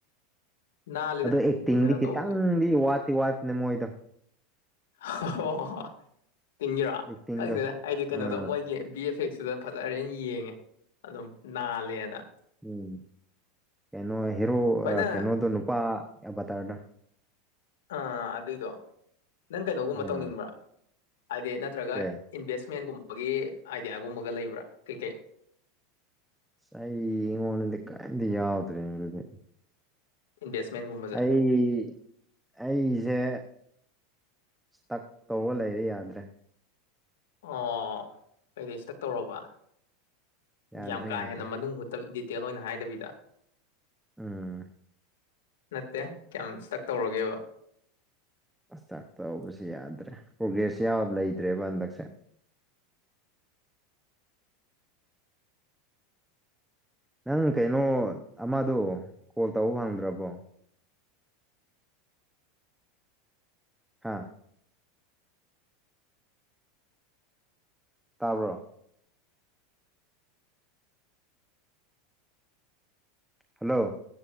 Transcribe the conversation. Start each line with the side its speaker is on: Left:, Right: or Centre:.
Left: ꯅꯥꯜꯂꯤꯗ
Centre: ꯑꯗꯣ ꯑꯦꯛꯇꯤꯡꯗꯤ
Left: ꯑꯗꯨꯝ ꯀꯩꯅꯣ
Centre: ꯈꯤꯇꯪꯗꯤ
Left: ꯇꯧꯕꯒꯤ
Centre: ꯋꯥꯠꯇꯤ ꯋꯥꯠꯇꯅꯦ ꯃꯣꯏꯗꯣ
Left: ꯍ ꯍꯣ ꯍꯣ ꯍꯣ ꯇꯤꯡꯒꯤꯔꯣ
Centre: ꯑꯦꯛꯇꯤꯡꯗꯣ
Left: ꯈꯪꯗꯦꯗ ꯑꯩꯗꯤ ꯀꯩꯅꯣꯗꯣ
Centre: ꯑꯥ
Left: ꯃꯣꯏꯒꯤ ꯕꯤ ꯑꯦꯐ ꯑꯦꯛꯁꯤꯗ ꯐꯖꯔꯦꯅ ꯌꯦꯡꯉꯦ ꯑꯗꯨꯝ ꯅꯥꯜꯂꯦꯅ
Centre: ꯎꯝ ꯀꯩꯅꯣ ꯍꯦꯔꯣ
Left: ꯚꯥꯏ ꯅꯪ
Centre: ꯀꯩꯅꯣꯗ ꯅꯨꯄꯥ ꯑꯕꯇꯥꯔꯗꯣ
Left: ꯑꯥ ꯑꯗꯨꯏꯗꯣ ꯅꯪ ꯀꯩꯅꯣꯒꯨꯝꯕ
Centre: ꯎꯝ
Left: ꯇꯧꯅꯤꯡꯕ꯭ꯔꯥ ꯍꯥꯏꯗꯤ ꯅꯠꯇ꯭ꯔꯒ
Centre: ꯑꯦ
Left: ꯏꯟꯚꯦꯁꯃꯦꯟꯒꯨꯝꯕꯒꯤ ꯑꯥꯏꯗꯤꯌꯥꯒꯨꯝꯕꯒ ꯂꯩꯕ꯭ꯔꯥ ꯀꯩꯀꯩ
Centre: ꯑꯩ ꯉꯣꯟꯗꯗꯤ ꯀꯔꯤꯝꯇ ꯌꯥꯎꯗ꯭ꯔꯦꯅꯦ ꯑꯗꯨꯗꯤ
Left: ꯏꯟꯕꯦꯁꯃꯦꯟꯒꯨꯝꯕ
Centre: ꯑꯩ ꯑꯩꯖꯦ ꯁꯇꯛ ꯇꯧꯔ ꯂꯩꯔꯦ ꯌꯥꯗ꯭ꯔꯦ
Left: ꯑꯣ ꯀꯩꯗꯩ ꯏꯁꯇꯛ ꯇꯧꯔꯕ
Centre: ꯌꯥꯗ꯭ꯔꯦ
Left: ꯌꯥꯝ ꯀꯥ
Centre: ꯌꯥꯗ꯭ꯔꯦ
Left: ꯍꯦꯟꯅ ꯃꯅꯨꯡ ꯍꯨꯠ ꯗꯤꯇꯦꯜ ꯑꯣꯏꯅ ꯍꯥꯏꯗꯕꯤꯗ
Centre: ꯎꯝ
Left: ꯅꯠꯇꯦ ꯀꯌꯥꯝ ꯏꯁꯇꯛ ꯇꯧꯔꯒꯦꯕ
Centre: ꯁꯇꯛ ꯇꯧꯕꯁꯦ ꯌꯥꯗ꯭ꯔꯦ ꯄ꯭ꯔꯣꯒ꯭ꯔꯦꯁ ꯌꯥꯝ ꯂꯩꯇ꯭ꯔꯦꯕ ꯍꯟꯗꯛꯁꯦ ꯅꯪ ꯀꯩꯅꯣ ꯑꯃꯗꯣ ꯀꯣꯜ ꯇꯧꯕ ꯐꯪꯗ꯭ꯔꯕꯣ ꯍꯥꯥ ꯇꯥꯕ꯭ꯔꯣ ꯍꯜꯂꯣ